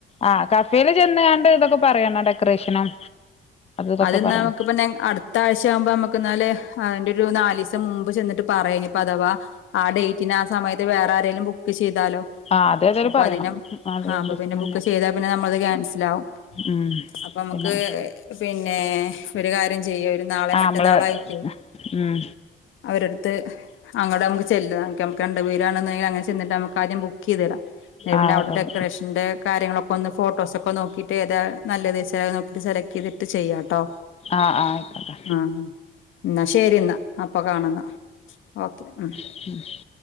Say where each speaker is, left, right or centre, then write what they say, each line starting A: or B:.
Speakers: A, on the left; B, on the left.
A: ആഹ് കഫേല് ചെന്ന്ങ്ങാണ്ട് ഇതൊക്കെ പറയണോ ഡെക്കറേഷനും ഇതൊക്കെ
B: അത് ന്നാ
A: പറയണം
B: നമുക്ക് പിന്നെ അടു ത്താഴ്ചയാവുമ്പോ നമുക്ക്ന്നാല് അയിന്റൊരു നാലീസം മുമ്പ് ചെന്നിട്ട് പറയനിപ്പ അഥവാ ആ ഡേറ്റിന് ആ സമയത്ത് വേറാരേലും ബുക്ക് ചെയ്താലോ
A: ആഹ് അത് ഏതായാലും
B: അപ്പൊ
A: പറയണം
B: അതിനും
A: അത്
B: ഹാ
A: രണ്ടീസം
B: അപ്പൊ പിന്നെ
A: മുന്നേ
B: ബുക്ക് ചെയ്താ പിന്നെ നമ്മളത് ക്യാൻസലാകും
A: ഉം
B: അപ്പൊമ്മക്ക്
A: പിന്നെ
B: പിന്നെ ഒരു കാര്യം ചെയ്യാ ഒരു നാളെ
A: ആഹ്
B: മറ്റന്നാളായിട്ടേ
A: നമ്മള് ഉം
B: അവരട്ത്ത് അങ്ങടമ്മക്ക് ചെല്ലാം അമ്മക്ക് രണ്ട് പേരാണെന്ന് <unintelligible> ചെന്നിട്ട് നമുക്കാദ്യം ബുക്കെയ്തിടാം <unintelligible> പിന്നെ
A: ആഹ്
B: അവിടത്ത
A: അതെ
B: ഡെക്കറേഷ ന്റെ കാര്യങ്ങളൊക്കെ ഒന്ന് ഫോട്ടോസൊക്കൊ നോക്കീട്ട് ഏതാ നല്ലത്ച്ചാ അത് നോക്കിട്ട് സെലക്ട് ചെയ്തിട്ട് ചെയ്യാട്ടോ
A: ആഹ് ആഹ് ആയിക്കോട്ടെ
B: ആഹ് എന്നാ ശരി എന്നാ അപ്പൊ കാണ ഓക്കെ ഉം
A: ഉം